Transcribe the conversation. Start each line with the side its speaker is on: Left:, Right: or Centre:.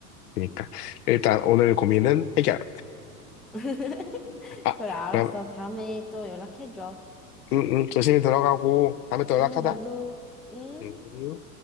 Left: 그러니까. 일단 오늘 고민은 해결.
Centre: <laughs>
Left: 아,
Centre: 그래, 알았어.
Left: 그럼,
Centre: 다음에 또 연락해줘.
Left: 응, 응, 조심히 들어가고, 다음에 또 연락하자.
Centre: 응, 너도, 응?
Left: 음.